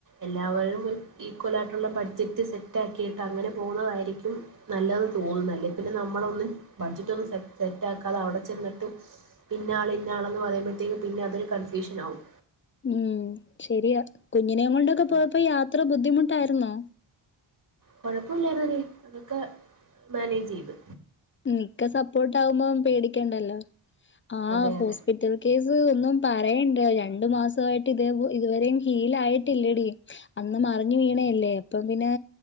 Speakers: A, on the right; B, on the left.
A: എല്ലാവരും ഒരു ഈക്വലായിയിട്ടുള്ള ബഡ്ജറ്റ് സെറ്റ് ആക്കിയിട്ട് അങ്ങനെ പോുന്നതായിരിക്കും നല്ലതെന്ന് തോന്നുന്നല്ലേ പിന്നെ നമ്മളൊന്നും ബഡ്ജറ്റ് ഒന്നും സെ സെറ്റ് ആക്കാതെ അവിടെ ചെന്നിട്ട് ഇന്നാൾ ഇന്നാളന്ന് പറയുമ്പോഴത്തേക്ക് പിന്നെ അതൊരു കൺഫ്യൂഷൻ ആകും
B: ഉം ശരിയാ കുഞ്ഞിനെ കൊണ്ടൊക്കെ
A: ആഹ്
B: പോയപ്പോ യാത്ര ബുദ്ധിമുട്ടായിരുന്നോ
A: കൊഴപ്പമില്ലാരുന്നടി അതൊക്കെ മാനേജ് ചെയ്തു
B: നിക്ക സപ്പോർട്ട് ആാവുമ്പോം പേടിക്കണ്ടല്ലോ ആ
A: അതെ
B: ഹോസ്പിറ്റൽ
A: അതെ
B: കേസ് ഒന്നും പറയണ്ട രണ്ടു മാസമായിട്ട് ഇതേ ഇതുവരെയും ഹീലായിട്ടില്ലടി അന്ന് മറിഞ്ഞു വീണല്ലേ അപ്പം പിന്നെ